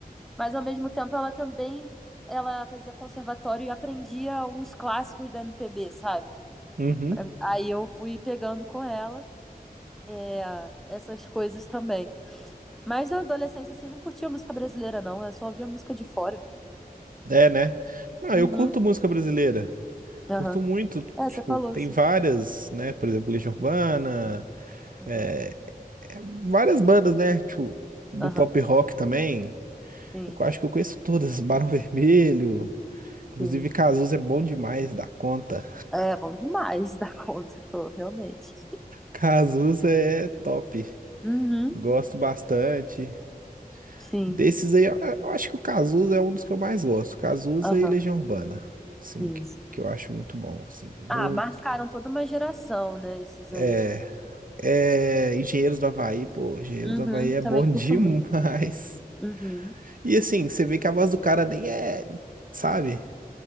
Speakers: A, in the centre; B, on the right.
A: mas ao mesmo tempo ela também ela fazia conservatório e aprendia uns clássicos da MPB, sabe?
B: uhum.
A: Pra mim. Aí eu fui pegando com ela é, essas coisas também. Mas na adolescência, assim, não curtia música brasileira, não. Eu só ouvia música de fora.
B: É, né? Não,
A: Uhum.
B: eu curto música brasileira.
A: Aham.
B: Curto muito,
A: É,
B: tipo,
A: você falou,
B: tem
A: sim.
B: várias, né? Por exemplo, Legião Urbana,
A: Uhum.
B: é, é, várias bandas, né? Tipo, do
A: Aham.
B: pop rock também.
A: Sim,
B: Eu acho que eu conheço todas, Barão Vermelho, Inclusive,
A: sim.
B: Cazuza é bom demais da conta.
A: É bom demais <laughs> da conta, pô, realmente.
B: Cazuza é top.
A: Uhum.
B: Gosto bastante.
A: Sim.
B: Desses aí, eu eu acho que o Cazuza é um dos que eu mais gosto. Cazuza
A: Aham.
B: e Legião Urbana. Assim,
A: Sim.
B: que, que eu acho muito bom. Assim, muito.
A: Ah, marcaram toda uma geração, né? Esses
B: É,
A: aí.
B: é, Engenheiros do Havaí, pô, Engenheiros
A: Uhum.
B: do Havaí é bom
A: Também curto
B: <laughs> demais.
A: muito. Uhum.
B: E assim, você vê que a voz do cara nem é, sabe,